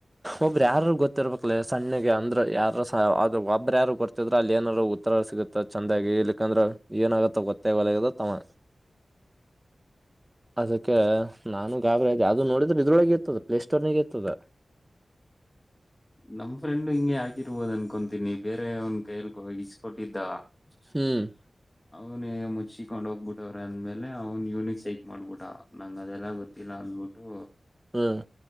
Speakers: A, on the right; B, on the left.
A: ಒಬ್ಬ್ರ ಯಾರರ್ ಗೊತ್ತರ್ಬೇಕಕ್ಲೇ ಸಣ್ಣಗೆ ಅಂದ್ರ ಯಾರ್ ಸ ಅದ್ ಒಬ್ಬ್ರ ಯಾರು ಗೊತ್ತಿದ್ರ ಅಲ್ಲಿ ಏನರ ಉ ಹತ್ರ ಸಿಗುತ್ತ ಚಂದಾಗಿ ಇಲಿಕ್ಕೆಂದ್ರ ಏನ ಆಗತ್ತ ಗೊತ್ತೇ ಆಲಗ್ಯದ ಅಂತ ಅವ. ಅದಕ್ಕೆ ನಾನು ಗಾಬ್ರದೇ ಯಾವ್ದದು ನೋಡಿ ದ್ರ ಇದ್ರೊಳಗೆ ಇರ್ತದ ಪ್ಲೇ ಸ್ಟೋರ್ನಗ ಇರ್ತದ.
B: ನಮ್ ಫ್ರೆಂಡ್ ಹಿಂಗೆ ಹಾಕಿರ್ಬೋದು ಅನ್ಕೊತೀನಿ ಬೇರೆವ್ನ್ ಕೈಯಲ್ ಇಸ್ಕೊಟ್ಟಿದ.
A: ಹ್ಮ್.
B: ಅವನ್ ಮುಚಕೀಕೊಂಡ್ ಹೋಗ್ಬಿಟ್ಟವ್ರೇ ಅಂದ್ಮೇಲೆ ಅವ್ನ್ ಯೂನಿಕ್ ಸೈಕ್ ಮಾಡ್ಬಿಟ. ನಂಗ ಅದೆಲ್ಲ ಗೊತ್ತ ತ್ತಿಲ್ಲ ಅಂದಬಿಟ್ಟು,
A: ಹ್ಮ್.